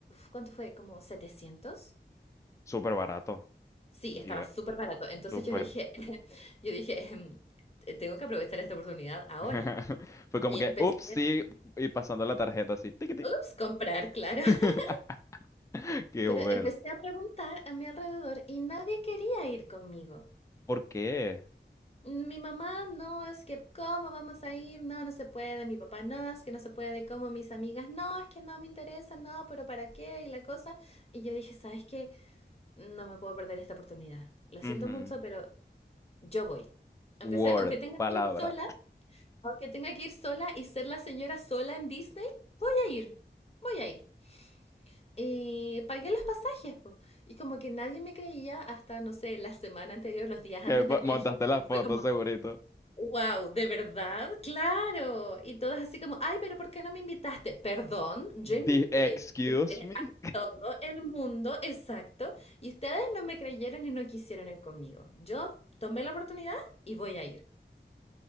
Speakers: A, on the left; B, on the left.
A: ¿cuánto fue? ¿Como setecientos.
B: Súper barato.
A: Sí,
B: Dive-
A: estaba súper barato. Entonces
B: Súper.
A: yo dije, <laughs> yo dije, "Em, te- tengo que aprovechar esta oportunidad ahora.
B: <laughs> Fue como
A: Y
B: que,
A: empecé,
B: ups, sí, y pasando la tarjeta así. tiquití.
A: ups, comprar, claro. <laughs>
B: <laughs> Qué
A: Pero
B: bueno.
A: empecé a preguntar a mi alrededor y nadie quería ir conmigo.
B: ¿Por qué?
A: Mi mamá, no, es que, ¿cómo vamos a ir? No, no se puede. Mi papá, no, es que no se puede. Como mis amigas, no, es que no me interesa, no, pero ¿para qué? Y la cosa. Y yo dije, ¿sabes qué? No me puedo perder esta oportunidad. Lo
B: Ujú.
A: siento mucho, pero yo voy. Aunque
B: Word,
A: sea, aunque tenga
B: palabra.
A: que ir sola, Aunque tenga que ir sola y ser la señora sola en Disney, voy a ir, voy a ir. Y pagué los pasajes, po. Y como que nadie me creía hasta, no sé, la semana anterior, los días antes
B: Que
A: del
B: mo-
A: viaje,
B: montaste la
A: que fue
B: foto,
A: como,
B: segurito.
A: wow, ¿de verdad? Claro. Y todas así como, ay, pero ¿por qué no me invitaste? Perdón, yo
B: Di-
A: invité,
B: excuse
A: yo invité
B: me.
A: a todo el mundo, exacto. Y ustedes no me creyeron y no quisieron ir conmigo. Yo tomé la oportunidad y voy a ir.